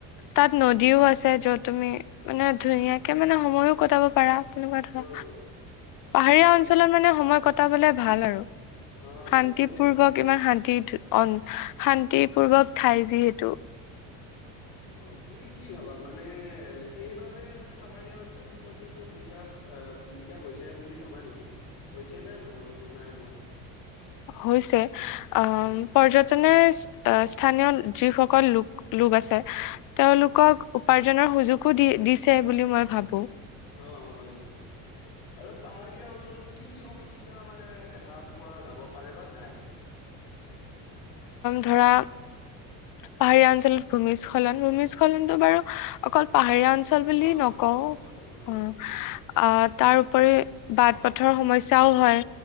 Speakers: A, on the left; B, on the left.
A: তাত নদীও আছে যত তুমি মানে ধুনীয়া ত মানে সময়ো কটাব পাৰা তেনেকুৱা ধৰা
B: অ',
A: পাহাৰীয়া
B: অ', অ',
A: অঞ্চলত মানে সময় ক পটাবলে ভাল আৰু
B: অ',
A: শান্তি
B: সেইটো হয়
A: পূৰ্বক
B: বাৰু।
A: ইমান শান্তি অ শান্তিপূৰ্বক ঠাই যিহেতু
B: অ তুমি কি ভাবা মানে সেইবাবে মানে পাহাৰীয়া অঞ্চলত পৰ্যটন বিকাশ আহ বিকাশ হৈছে বুলি ভাবা নেকি হৈছে নে নাই হোৱা
A: হৈছে আহ
B: উম,
A: পৰ্যটনে স্থানীয় যিসকল লোক লোক আছে তেওঁলোকক
B: উম,
A: উপাৰ্জনৰ সুযোগো দি দিছে বুলি মই ভাবো
B: উম অ হয় হয়। আৰু পাহাৰীয়া অঞ্চলত কি কি সমস্যা মানে দেখা পোৱা যাব পাৰে বা যায়?
A: ধৰা পাহাৰীয়া অঞ্চলত ভূমিস্খলন ভূমিস্খলনতটো বাৰু অকল পাহাৰীয়া অঞ্চল বুলি
B: অ সেইটো
A: নকওঁ
B: বাৰু চবতে হয় বাৰু
A: অ
B: উম
A: আহ তাৰ উপৰি বাট-পথৰ সমস্যাও হয়